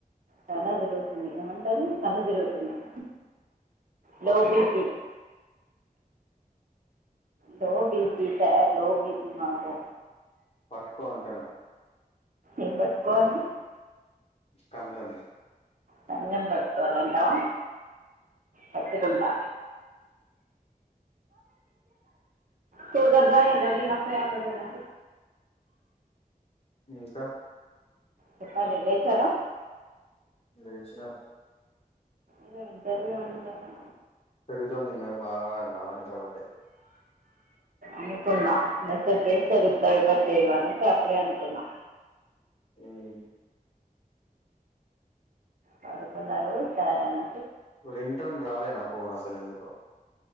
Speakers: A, on the right; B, on the left.
A: తల తిరుగుతుంది ఏమంటారు కళ్ళు తిరుగుతున్నాయి లో
B: పట్టుకో
A: BP low BP sir low BP మాకు
B: పట్టుకో అంటాను
A: ఏం పట్టుకోవాలి
B: కండ్లని
A: కండ్లని పట్టుకోవాలంటావా పట్టుకుంటా చూగా జాయల లే నాప్పు ఆ నా
B: ఇంకా
A: చెప్పాలి లేచారా
B: లేేచిన
A: ఏదో ఇంటర్వ్యూ ఉందన్నా
B: పెరుగుతోని తిన్న బా డా నిద్రపట్టే
A: అనుకున్నా మెసేజ్ చేస్తే రిప్లై ఇవ్వ లేవనేసి అప్పుడే అనుకున్నా
B: ఉమ్మ్
A: పడుకున్నారు సార్ అని
B: రింగ్టోన్ రాలే నా ఫోన్ అసలు ఎందుకో